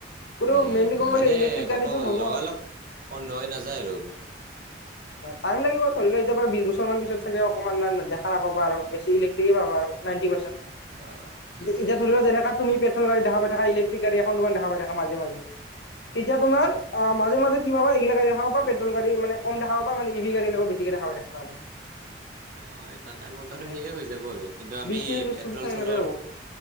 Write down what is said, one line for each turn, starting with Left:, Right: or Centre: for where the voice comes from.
Left: কোনো
Right: উম,
Left: ম কবলে
Right: মানে
Left: ইলেক্ট্ৰিক
Right: ঘপক
Left: গাড়ী হব
Right: লগালগ
Left: আৰু
Right: বন্ধ হৈ নাযায় আৰু
Left: টাইম লাগিব ধৰি ল এতিয়াৰ বিশ বছৰ মান পিছত চাগে অকনমানমান দেখা নাপাবা আৰু বেছি ইলেক্ট্ৰিক পাবা আৰু নাইনটি পাৰ্চেন্ত
Right: আহ সেইটোৱে
Left: এতিয়া ধৰি ল যেনেকা তুমি গাড়ী দেখা পাই থাক ইলেক্ট্ৰিক গাড়ী এখন দেখ পাই থাকা মাজে মাজে এতিয়া তোমাৰ অ মাজে মাজে কি পা এইবিলাক পেট্ৰ গাড়ীনে কম দোবা মে ই ভাড় এনেুৱা বেছি দেখা পাৱা আৰু
Right: অ এটা টাইমত আৰু
Left: মানে
Right: সেইয়ে হৈ যাব আৰু কিন্তু আমি
Left: বিশ ত্ৰিশ বছৰ
Right: পেট্ৰল
Left: পিছত
Right: চলোৱাৰ।
Left: এনেকৈ হ'ব